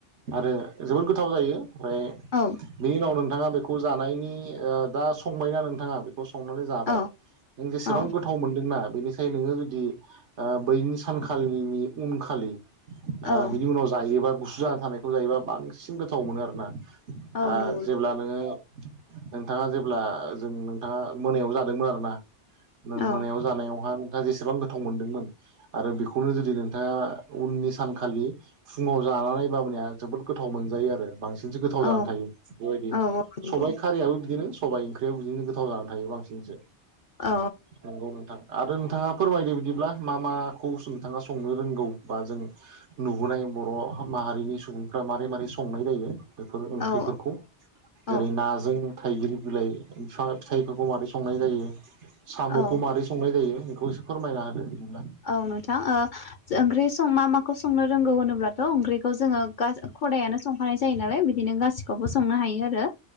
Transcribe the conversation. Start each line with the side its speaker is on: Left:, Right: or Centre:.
Right: आरो जोबोद गोथाव जायो ओमफ्राय
Left: औ
Right: बेनि उनाव- नोंथाङा बेखौ जानायनि दा संबायना नोंथाङा बे बेखौ संनानै जाबाय
Left: औ
Right: नों जेसेबां
Left: औ
Right: गोथाव मोन्दोंना बेनिखाय नोङो जुदि बैनि सानखालिनि उनखालि ओ
Left: औ
Right: बिनि उनाव जायोबा गुसु जा थानायखौ जायोबा बांसिन गोथाव मोनो आरोना-
Left: औ
Right: आ
Left: नंगौ
Right: जेब्ला नोङो नोंथांङा जेब्ला- जों नोंथांङा मोनायाव जादोंमोन आरो ना
Left: औ
Right: नों मोनायाव जानायावहा जेसेबां गोथाव मोनदोंमोन आरो बेखौनो जुदि नोंथाङा उननि सानखालि- फुङाव जानानै बावनिया जोबोद गोथाव मोनजायो आरो बांसिनसो गोथाव
Left: औ
Right: जानानै थायो बेबायदि
Left: औ नंगौ
Right: सबाय खारियाबो बिदिनो सबाइ ओंख्रि बिदिनो गोथाव जानानै थायो बांसिनसो
Left: औ
Right: नंगौ नोंथां आरो नोंथाङा फोरमायदो बिदिब्ला मा मा माखौ नोंथाङा संनो रोंगौ बा जों नुबोनाय बर' माहारिनि सुबुंफ्रा- मारै मारोरै संनाय जायो बेफोर ओंख्रिफोरखौ
Left: औ औ
Right: जेरै नाजों थाइगिर बिलाइ- फिथाइफोरखौ माबोरै संनाय जायो साम'खौ
Left: औ
Right: मारै संनाय जायो- खौसो फोरमायना होदो!
Left: औ नोंथां ओ ओंख्रि सं मा माखौ संनो रोंगौ होनोब्लाथ' ओंख्रिखौ जोङो गा- खदायानो संखानाय जायो नालाय बिदिनो गासिखौबो संनो हायो आरो-